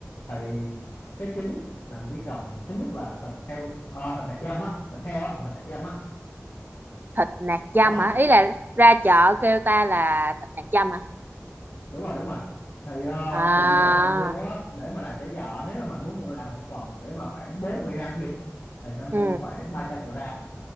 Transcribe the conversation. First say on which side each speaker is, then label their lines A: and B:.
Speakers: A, on the left (about 65°); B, on the right (about 40°).
A: thì cái chính là mình chỉ cần thứ nhất là thịt heo ờ, thịt nạc dăm á thịt heo á thịt nạc dăm á
B: thịt nạc
A: ổn
B: dăm
A: không
B: hả ý là ra chợ kêu ta là thịt nạc dăm hả
A: đúng rồi đúng rồi thì ờ,
B: à
A: định lượng mày mua á để mà làm chả giò nếu mà mày muốn mua làm một phần để mà khoảng bốn người ăn đi thì nên
B: ừ
A: mua khoảng ba trăm gram